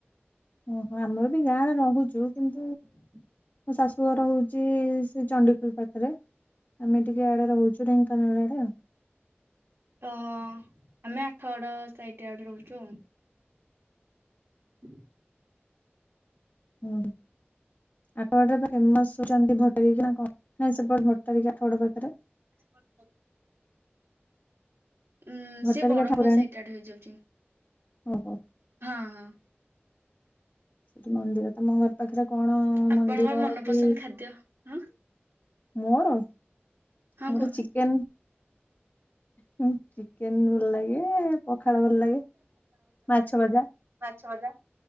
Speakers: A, on the left (about 45°); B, on the right (about 75°).
A: ଓହୋ ଆମର ବି ଗାଁ ରେ ରହୁଚୁ କିନ୍ତୁ
B: <inaudible>
A: ମୋ ଶାଶୁଘର ହଉଛି ସେ ଚଣ୍ଡିଖୋଲ ପାଖରେ ଆମେ ଟିକେଆଡେ ରହୁଛୁ ଢେଙ୍କାନାଳ ଆଡ ଆଉ।
B: ତ ଆମେ ଆଠ ଗଡ଼ ସାଇଟ ଆଡେ ରହୁଛୁଆଉ। <inaudible>
A: ହୁଁ ଆଠ ଗଟେ ଫେମସଉଛନ୍ତି ଭଟର କିନା କଣ? ହଁ ସେପଟ ଭଟାରିକା ଆଠ ବଟା ପାଖରେ।
B: ହ <unintelligible> ଉଁ
A: ଭଟ୍ଟାରିକା
B: ସେ ବଡମ୍ବା
A: ଠାକୁରାଣୀ
B: ସଇଟଆଡ଼େ ହେଇଯାଉଛି
A: ଓହୋ।
B: ହଁ ହଁ।
A: ସେଠି ମନ୍ଦିର ତମ ଘର ପାଖରେ କଣ ହ
B: ଆପଣଙ୍କର
A: ମନ୍ଦିର
B: ମନପସନ୍ଦ
A: କି
B: ଖାଦ୍ୟ ହଁ
A: ମୋର
B: ହଁ
A: ମୋର
B: କୁହ
A: ଚିକେନ ଚିକେନ ଭଲ ଲାଗେ ପଖାଳ ଭଲ ଲାଗେ ମାଛ ଭଜା
B: ମାଛ ଭଜା